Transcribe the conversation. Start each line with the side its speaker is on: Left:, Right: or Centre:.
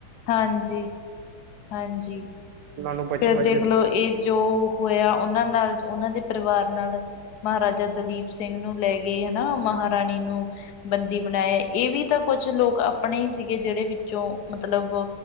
Left: ਹਾਂਜੀ- ਹਾਂਜੀ,
Right: ਉਹਨਾਂ ਨੂੰ ਬਚਪਨ
Left: ਫਿਰ ਦੇਖ
Right: ਚ
Left: ਲਓ ਇਹ ਜੋ ਹੋਇਆ। ਉਹਨਾਂ ਨਾਲ, ਉਹਨਾਂ ਦੇ ਪਰਿਵਾਰ ਨਾਲ, ਮਹਾਰਾਜਾ ਦਿਲੀਪ ਸਿੰਘ ਨੂੰ ਲੈ ਗਏ। ਹੈਨਾ! ਮਹਾਰਾਣੀ ਨੂੰ। ਬੰਦੀ ਬਣਾਯਾ, ਏ ਵੀ ਤਾਂ ਕੁੱਛ ਲੋਕ ਆਪਣੇ ਈ ਸੀਗੇ। ਜਹੜੇ ਵਿੱਚੋਂ ਮਤਲਬ